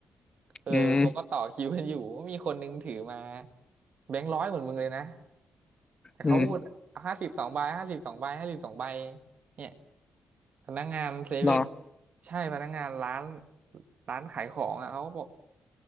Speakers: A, on the right; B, on the left.
A: เออเขาก็ต่อคิวกันอยู่ก็มีคนนึงถือมา
B: อืม
A: แบงค์ร้อยเหมือนมึงเลยนะ แต่เขาพูดห้าสิบสองใบห้าสิบสองใบห้าสิบสองใบ
B: อืม
A: เนี่ยพนักงานเซเว่น
B: รอ
A: ใช่พนักงานร้านร้านขายของอ่ะเขาก็บอก